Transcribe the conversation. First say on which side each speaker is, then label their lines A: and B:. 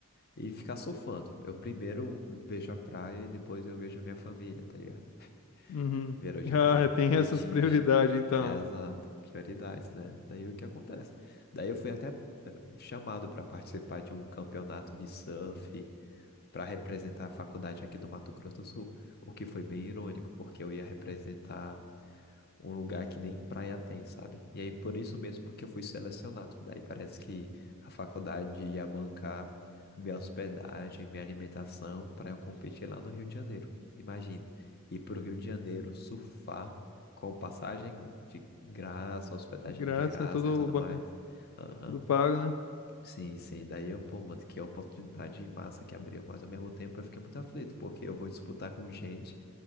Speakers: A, on the left (about 45°); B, on the left (about 80°).
A: E ficar surfando. Eu primeiro vejo a praia e depois eu vejo minha família, tá ligado?
B: Uhum.
A: Virou
B: <laughs>
A: tipo
B: Ah,
A: um
B: tem
A: fetiche.
B: essas prioridades, então.
A: É, exato, prioridades, né? Daí o que acontece? Daí eu fui até eh, chamado para participar de um campeonato de surf para representar a faculdade aqui do Mato Grosso do Sul, o que foi bem irônico, porque eu ia representar um lugar que nem praia tem, sabe? E aí por isso mesmo que eu fui selecionado. Daí parece que a faculdade ia bancar minha hospedagem, minha alimentação para eu competir lá no Rio de Janeiro. Imagina, ir para o Rio de Janeiro surfar com passagem de graça, hospedagem
B: Grátis,
A: de graça
B: né? Tudo,
A: e tudo
B: ban-
A: mais. Aham.
B: tudo pago, né?
A: Sim, sim. Daí eu, pô, mano, que oportunidade massa que abriu. Mas ao mesmo tempo eu fiquei muito aflito, porque eu vou disputar com gente